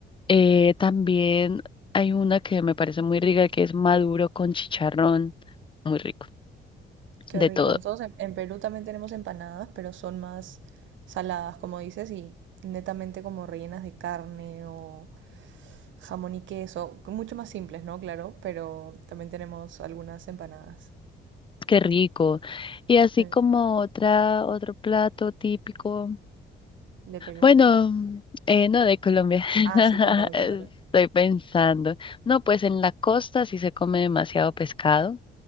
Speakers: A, on the left; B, on the right.
A: Eh, también hay una que me parece muy rica, que es maduro con chicharrón, muy rico,
B: Qué
A: de
B: rico.
A: todo.
B: Nosotros en, en Perú también tenemos empanadas, pero son más saladas, como dices, y netamente como rellenas de carne o jamón y queso, mucho más simples, ¿no? Claro, pero también tenemos algunas empanadas.
A: Qué rico. Y así
B: Eh,
A: como otra, otro plato típico.
B: ¿De Perú?
A: Bueno, eh, no de Colombia. <laughs>
B: Ah, sí, cuéntame,
A: Estoy
B: cuéntame.
A: pensando. No, pues en la costa sí se come demasiado pescado,